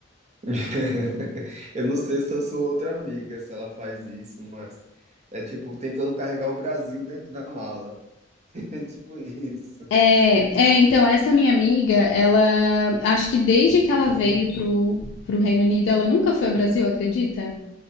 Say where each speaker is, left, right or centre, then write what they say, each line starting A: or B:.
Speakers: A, on the right; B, on the left.
A: <laughs> Eu não sei se eu sou outra amiga, se ela faz isso, mas é tipo tentando carregar o Brasil dentro da mala. <laughs> É tipo isso.
B: É, é então essa minha amiga, ela acho que desde que ela veio pro pro Reino Unido, ela nunca foi ao Brasil, acredita?